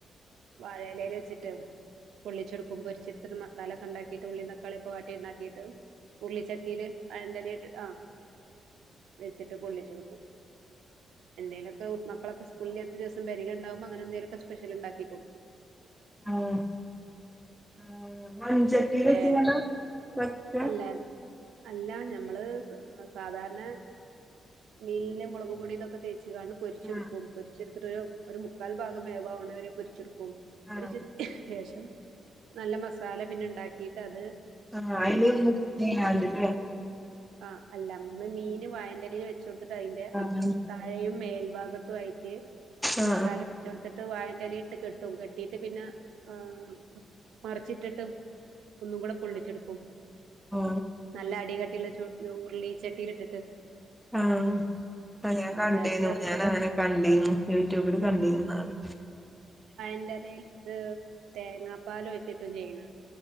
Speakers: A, on the right; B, in the centre.
A: വാഴലല് വെച്ച്ട്ട്പൊള്ളിച്ചെടുക്കുമ്പോ പൊരിച്ചെടുത്ത്മസാല ഉണ്ടാക്കിയിട്ട് ഉള്ളി തക്കാളി ഓക്കെ വാട്ടി ഉണ്ടാക്കിയിട്ട് ഉർളിച്ചട്ടിയില് വാഴന്റെല ഇട്ട് ആ വെച്ചിട്ട് പൊള്ളിച്ചെടുക്കും എന്തേലൊക്കെ കു മക്കളൊക്കെസ്കൂളില്ലാത്ത ദിവസം പെരീല്ഉണ്ടാകുമ്പോഅങ്ങനെന്തെങ്കിലും സ്പെഷ്യല് ഉണ്ടാക്കി കൊടുക്കും
B: ആഹ് ആഹ് മൺചട്ടീലിട്ട്ങ്ങാണ്ടാ
A: തേ
B: വെക്ക
A: അല്ല അല്ല ഞമ്മള് സാധാരണ മീനില് മുളക്പൊട <unintelligible> ച്ച്ങ്ങാണ്ട് പൊരിച്ച്ട്ക്കും
B: ആ
A: പൊരിച്ചെടുത്തിട്ട് ഒരു മുക്കാൽ ഭാഗം വേവാവണവരെ പൊരിച്ചെടുക്കും ക്കും
B: ആ
A: ഒരു <unintelligible> ശേഷം നല്ല മസാല പിന്നെ ണ്ടാക്കിട്ട് അത്
B: ആഹ് അയ്ല് മുക്കിങ്ങാണ്ട്ലെ
A: ആ അല്ല മ്മള് മീൻ വാഴ ന്റെലേല് വെ ച്ച് കൊടുത്തിട്ട് അയ്ന്റെ
B: ആ മനസ്സിലായി
A: താഴെയും മേൽഭാഗത്തും ആയ്ട്ട്
B: ആ
A: മസാല വെച്ചെടുത്തിട്ട് വാഴന്റെലേലിട്ട് കെട്ടും കെട്ടിട്ട് പിന്നെ ആഹ് മറിച്ചിട്ടിട്ടും ഒന്നും കൂടെ പൊള്ളിച്ചെടുക്കും
B: ആ ആ
A: നല്ല അടികട്ടിയുള്ള ചു ഉർളിച തീരിട്ടിട്ട്
B: ആഹ ആ ഞാൻ കണ്ടിനൂ
A: വേറെന്താ കൂട്ടാൻ
B: ഞാൻ അങ്ങനെ കണ്ടിനൂ യൂട്യൂബില് കണ്ടിുന്നാണ്
A: ന്റെലയിൽ ഇത് തേങ്ങാപ്പാൽ വെച്ചിട്ടും ചെയ്യണ